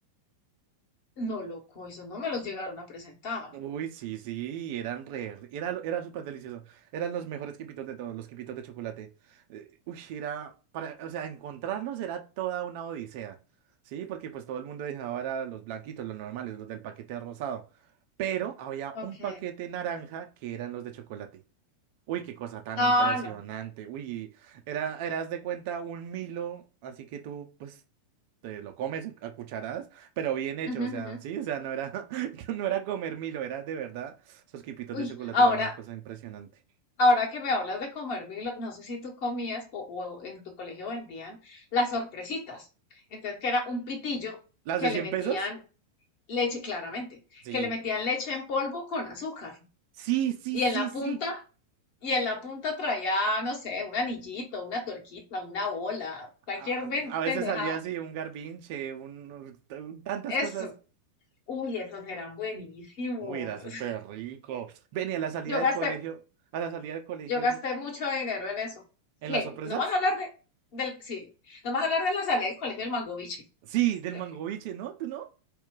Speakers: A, on the left (about 45°); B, on the right (about 45°).
A: no, loco, esos no me los llegaron a presentar.
B: Uy, sí, sí, eran re, era, lo- era súper delicioso. Eran los mejores quipitos de todos, los quipitos de chocolate. Eh, uy, era, para, o sea, encontrarlos era toda una odisea, ¿sí? Porque pues todo el mundo dejaba era los blanquitos, los normales, los del paquete rosado. Pero había
A: Ok.
B: un paquete naranja que eran los de chocolate. Uy, qué cosa tan
A: Ah,
B: impresionante.
A: no.
B: Uy, era, eras de cuenta un Milo, así que tú, pues, te lo comes a cucharadas, pero bien hecho,
A: Ujú,
B: o sea,
A: ujú.
B: sí, o sea, no era, <laughs> no era comer Milo, era de verdad, esos quipitos
A: Uy,
B: de chocolate
A: ahora,
B: eran una cosa impresionante.
A: ahora que me hablas de comer Milo, no sé si tú comías o, o en tu colegio vendían las sorpresitas. Entonces, que era un pitillo
B: ¿Las
A: que
B: de 100
A: le metían
B: pesos?
A: leche, claramente,
B: Sí.
A: que le metían leche en polvo con azúcar.
B: Sí, sí,
A: Y
B: sí,
A: en la punta,
B: sí.
A: y en la punta traía, no sé, un anillito, una tuerquita, una bola, cualquier
B: A, a-
A: ven-
B: a veces
A: pendejada.
B: salía así un garbinche, un, un- tantas
A: Eso.
B: cosas.
A: Uy, esos eran buenísimos.
B: Uy, era súper rico. Venía a la salida
A: Yo
B: del
A: gasté,
B: colegio, a la salida del colegio,
A: yo gasté
B: mm,
A: mucho dinero en eso.
B: ¿en
A: ¿Qué?
B: las sorpresas?
A: No vas a hablar de, del, sí, no vas a hablar de la salida del colegio del Mango Biche.
B: Sí,
A: Uf,
B: del
A: qué
B: mangoviche,
A: rico.
B: ¿no? ¿Tú no?